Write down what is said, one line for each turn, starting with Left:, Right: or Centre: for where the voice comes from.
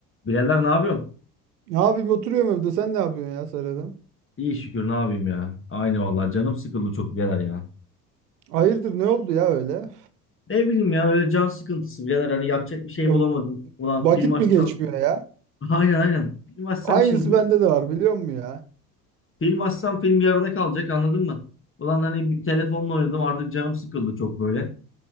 Left: Birader ne yapıyorsun?
Right: Abim oturuyorum evde. Sen ne yapıyorsun ya Serhat'ım?
Left: İyi şükür ne yapayım ya. Aynı vallahi canım sıkıldı çok birader ya.
Right: Hayırdır ne oldu ya öyle?
Left: Ne bileyim ya öyle can sıkıntısı birader hani yapacak bir şey
Right: V-
Left: bulamadım. Ulan
Right: Vakit
Left: film açsam
Right: mi geçmiyor ya?
Left: <laughs> aynen aynen film açsam
Right: Aynısı
Left: şimdi
Right: bende de var biliyor musun ya?
Left: film açsam film yarıda kalacak anladın mı? Ulan hani bir telefonla oynadım artık canım sıkıldı çok böyle.